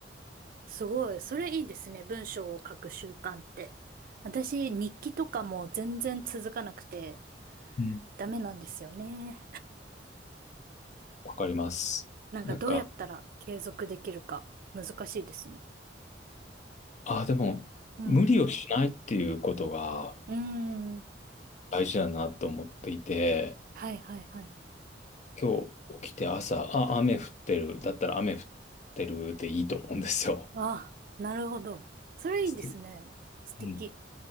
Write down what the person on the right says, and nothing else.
すごい。それいいですね。文章を書く習慣って。私、日記とかも全然続かなくて
ダメなんですよね。
なんかどうやったら継続できるか難しいですね。
うん。
うーん。
はいはいはい。
ああ、なるほど。それいいですね。
素敵。